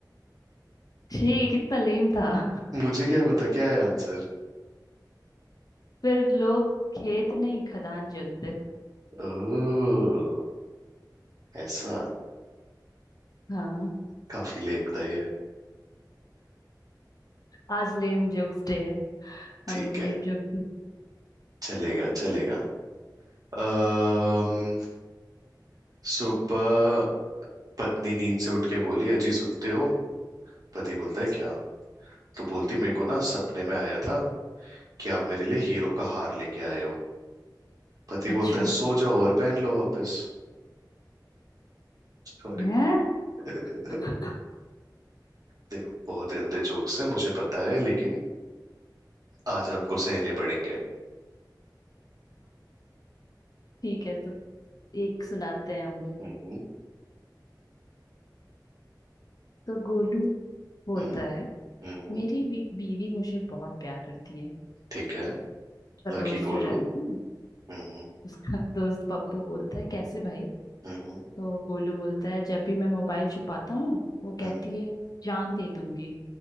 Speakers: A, on the left; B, on the right.
A: <laughs> ठीक कितना लेम था <laughs>
B: मुझे क्या पता क्या है आंसर
A: फिर लोग खेत नहीं खदान जोतते
B: ओह ऐसा
A: हाँ
B: काफी लेम था ये
A: आज लेम जोक्स डे है
B: ठीक
A: हम लोग लेम
B: है
A: जोक
B: चलेगा चलेगा अम्म सुबह पत्नी नींद से उठ के बोली अजी सुनते हो पति बोलता है क्या तो बोलती मेरे को ना सपने में आया था कि आप मेरे लिए हीरो का हार लेके आए हो पति
A: अच्छा
B: बोलता है सो जाओ और पहन लो वापस सॉरी
A: है
B: <laughs>
A: <laughs>
B: देखो बहुत गंदे जोक्स हैं मुझे पता है लेकिन आज आपको सहने पड़ेंगे
A: ठीक है तो एक सुनाते हैं हम भी
B: हम्म
A: तो गोलू बोलता
B: हम्म
A: है
B: हम्म हम्म,
A: मेरी बी- बीवी मुझे बहुत प्यार करती है
B: ठीक है
A: उसका
B: लकी
A: दोस्त
B: गोलू
A: जो रहता है ना
B: हम्म
A: उसका <laughs> दोस्त पप्पू बोलता है कैसे भाई
B: हम्म
A: तो गोलू बोलता है जब भी मैं मोबाइल छुपाता हूँ वो
B: हम्म
A: कहती है जान दे दूंगी